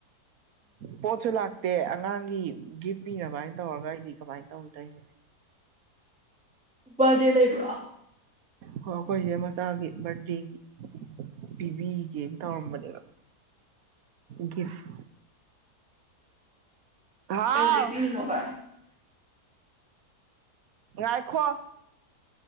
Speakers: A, on the right; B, in the centre.
A: ꯄꯣꯆ ꯂꯥꯛꯇ ꯑꯉꯥꯡꯒꯤ ꯒꯤꯐ ꯄꯤꯅꯕ ꯍꯥꯏꯅ ꯇꯧꯔꯒ ꯑꯩꯗꯤ ꯀꯃꯥꯏꯅ ꯇꯧꯅ ꯇꯧꯁꯦ
B: ꯕꯥꯔꯗꯦ ꯂꯩꯕ꯭ꯔꯣ
A: ꯍ ꯑꯩꯈꯣꯏꯁꯦ ꯃꯆꯥꯒꯤ ꯕꯔꯗꯦꯒꯤ ꯄꯤꯕꯤꯒꯦꯅ ꯇꯧꯔꯝꯕꯅꯦꯕ ꯒꯤꯐ ꯍꯥꯎ
B: ꯑ ꯂꯩꯕꯤ ꯍꯕꯥꯏ
A: ꯉꯥꯏꯈꯣ